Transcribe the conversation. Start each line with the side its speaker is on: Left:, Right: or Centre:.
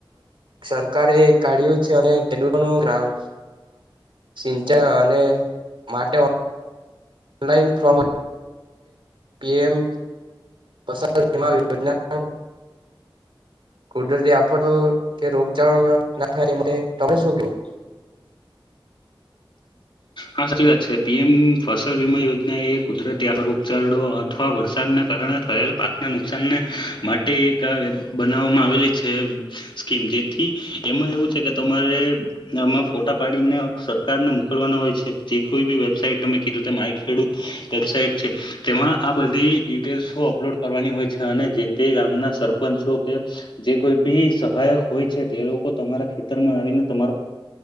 Right: સરકારે એ કાઢ્યું છે અને ખેડૂતોનું ગામ સિંચાઈ અને માટે ઓલાઇન ફમ પી એમ સાર બીમા યોજના કુદરતી આપડ કે રોગચળ ના થાય એ માટે તમે શું કેવું <inaudible>
Left: હા સાચી વાત છે. પીએમ ફસલ વીમા યોજના એ કુદરતી આ રોગચળો અથવા વરસાદના કારણે. થયેલ પાકના નુકસાન ને માટે એક આ વેબ બનાવવામાં આવેલી છે. સ્કીમ જેથી એમાં એવું છે કે તમારે. એમાં ફોટા પાડીને સરકારને મોકલવાના હોય છે, જે કોઈ બી વેબસાઈટ તમે કીધું તેમ માય ખેડૂત. વેબસાઇટ છે. તેમાં આ બધી ડિટેલ્સ હો. અપલોડ કરવાની હોય છે, અને જે તે ગામના સરપંચો કે. જે કોઈ બી સહાયક હોય છે. તે લોકો તમારા ખેતરમાં આવીને તમારો.